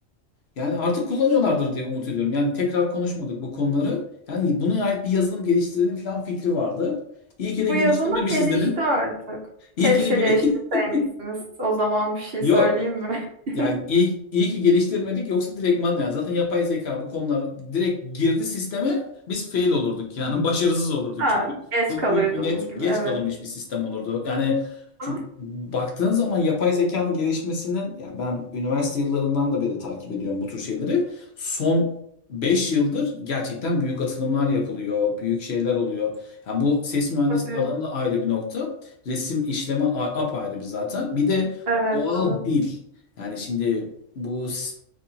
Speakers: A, on the left (about 60°); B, on the right (about 55°).
A: Yani artık kullanıyorlardır diye umut ediyorum. Yani tekrar konuşmadık bu konuları. Yani buna ait bir yazılım geliştirelim falan fikri vardı. İyi ki de
B: Bu
A: geliştirmemişiz
B: yazına gelişti
A: dedim.
B: artık.
A: İyi
B: Keşke
A: ki de gel
B: geliştirseymişsiniz.
A: <laughs>
B: O zaman bir şey
A: Yo
B: söyleyeyim mi? <laughs>
A: Yani iyi, iyi ki geliştirmedik yoksa direktman yani zaten yapay zeka bu konular direkt girdi sisteme biz fail olurduk yani <laughs> başarısız olurduk
B: Ha,
A: çünkü
B: geç
A: çok
B: kalırdınız
A: büyük bir net
B: gibi.
A: geç
B: Evet.
A: kalınmış bir sistem olurdu. Yani
B: Ama
A: çünkü baktığın zaman yapay zekanın gelişmesinin ya ben üniversite yıllarından da beri takip ediyorum bu tür şeyleri. Son 5 yıldır gerçekten büyük atılımlar yapılıyor, büyük şeyler oluyor. Yani bu ses mühendisliği
B: tabii.
A: alanında ayrı bir nokta, resim işleme a- apayrı bir zaten. Bir de
B: Evet,
A: doğal
B: evet.
A: dil. Yani şimdi bu s-